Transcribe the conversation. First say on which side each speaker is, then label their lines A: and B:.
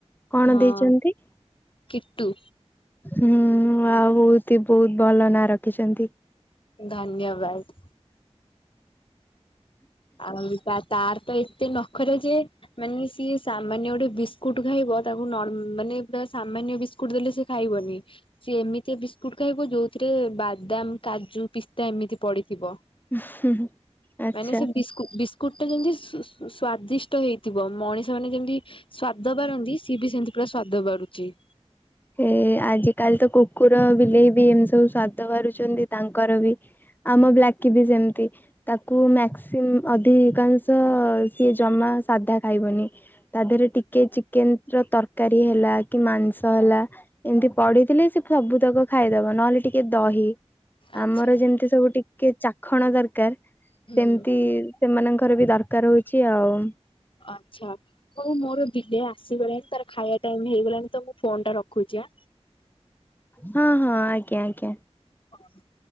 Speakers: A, on the left; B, on the left.
A: କଣ
B: ହଁ
A: ଦେଇଛନ୍ତି?
B: କିଟୁ।
A: ହୁଁ ଆଉ ହଉ ବହୁତ ଭଲ ନାଁ ରଖିଛନ୍ତି।
B: ଧନ୍ୟବାଦ। ଆଉ ତା ତାର ତ ଏତେ ନଖରା ଯେ ମାନେ ସିଏ ସାମାନ୍ୟ ଗୋଟେ ବିସ୍କୁଟ ଖାଇବ ତାକୁ ମାନେ ସାମାନ୍ୟ ବିସ୍କୁ ସ୍କୁ ଦେଲେ ସେ ଖାଇବନି। ସି ଏମିତି ବିସ୍କୁଟ ଖାଇବ ଯୋଉଁ ଥିରେ ବାଦାମ କାଜୁ ପିସ୍ତା ଏମିତି ପଡିଥିବ।
A: ଉହୁ ଆଛା।
B: ମାନେ ସେ ବିସ୍କୁ ବିସ୍କୁଟା ଯେମିତି ସ୍ଵ ସ୍ଵାଦିଷ୍ଟ ହେଇଥିବ ମଣିଷ ମାନେ ଯେମିତି ସ୍ଵାଦ ବାରନ୍ତି ସିଏ ବି ସେମିତି ପୁରା ସ୍ଵାଦ ବାରୁଛି।
A: ଏ ଏ ଆଜିକାଲି ତ କୁକୁର ବିଲେଇ ବି ଏମିତି ସବୁ ସ୍ଵାଦ କରାରୁଛନ୍ତି ତାଙ୍କର ବି ଆମ ବ୍ଲାକି ବି ସେମିତି। ତାକୁ ମକ୍ସି ଅଧିକାଂଶ ସିଏ ଜମା ସାଧା ଖାଇବନି। ତା ଦେହରେ ଟିକେ ଚିକେନ ର ତରକାରୀ ହେଲା କି ମାଂସ ହେଲା। ଏମିତି ପଡିିଥିଲେ ସେ ସବୁ ତକ ଖାଇଦବ ନହେଲେ ଟିକେ ଦହି।
B: ଆଚ୍ଛା
A: ଆମର ଯେମିତି ସବୁ ଟିକେ ଚାଖଣ ଦରକାର ସେମିତି
B: ହୁଁ
A: ସେମାନଙ୍କର ବି ଦରକାର ହଉଛି ଆଉ।
B: ଆଚଛା। ହଉ ମୋର ବିଲେ ଆସିଗଲାଣି ତାର ଖାଇବା ଟାଇମି ହେଇଗଲାଣି ତ ମୁଁ ଫୋନ ଟା ରଖୁଛି।
A: ହଁ ହଁ ଆଜ୍ଞା ଆଜ୍ଞା।
B: ହଁ।